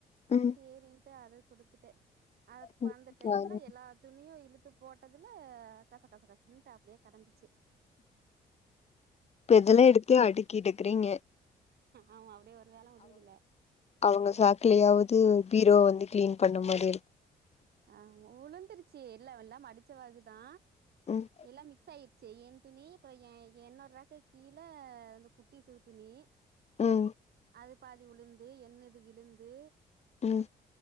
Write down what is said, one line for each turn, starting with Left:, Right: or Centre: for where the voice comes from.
Left: ம்
Right: சேரின்ட்டு அத கொடுத்துட்ட அத
Left: ம்.
Right: அந்த டைம்ல எல்லா துணியு இழுத்து போட்டதுல கச கச கசன்ட்டு அப்டியே கெடந்துச்சு
Left: இப்ப இதெல்லா எடுத்து அடிக்கிட்டுக்கிறீங்க
Right: ஆமா அப்டியே ஒரு வேல முடியுதுல
Left: அவங்க சாக்லயாவது பீரோ வந்து கிளீன் பண்ண மாரி இருக்கு
Right: ஆம உளுந்திருச்சி இல்ல எல்லா மடிச்சவாகுதா
Left: ம்
Right: எல்லா மிக்ஸ் ஆயி ச்சி என் துணி அப்புறோ ஏ ஏ என்னோட ராக்குக்கு கீழ இந்த குட்டிசுக துணி
Left: ம்
Right: அது பாதி விழுந்து என்னது விழுந்து
Left: ம்